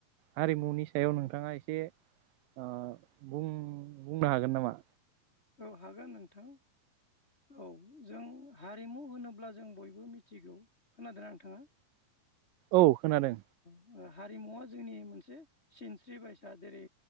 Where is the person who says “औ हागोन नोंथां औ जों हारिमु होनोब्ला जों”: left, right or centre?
Left